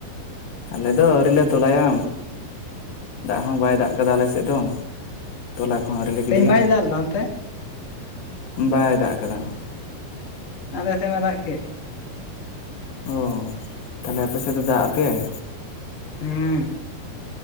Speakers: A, on the left (about 65°); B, on the left (about 30°).
A: ᱟᱞᱮ ᱫᱚ ᱟᱹᱣᱨᱤ ᱞᱮ ᱛᱚᱞᱟᱭᱟ ᱫᱟᱜ ᱦᱚᱸ ᱵᱟᱭ ᱫᱟᱜ ᱠᱟᱫᱟ ᱟᱞᱮ ᱥᱮᱫ ᱫᱚ ᱛᱚᱞᱟ ᱠᱚᱦᱚᱸ ᱟᱹᱣᱨᱤ ᱞᱮ ᱜᱤᱰᱤᱭᱟ
B: ᱛᱮᱦᱮᱧ ᱵᱟᱭ ᱫᱟᱜ ᱞᱮᱫᱟ ᱚᱱᱛᱮ
A: ᱵᱟᱭ ᱫᱟᱜ ᱟᱠᱟᱫᱟ
B: ᱟᱞᱮ ᱥᱮᱫ ᱢᱟᱭ ᱫᱟᱜ ᱠᱮᱫ
A: ᱚᱦᱚ ᱛᱟᱦᱞᱮ ᱟᱯᱮ ᱥᱮᱫ ᱫᱚ ᱫᱟᱜᱼᱟᱜ ᱯᱮᱭᱟᱭ
B: ᱦᱩᱸ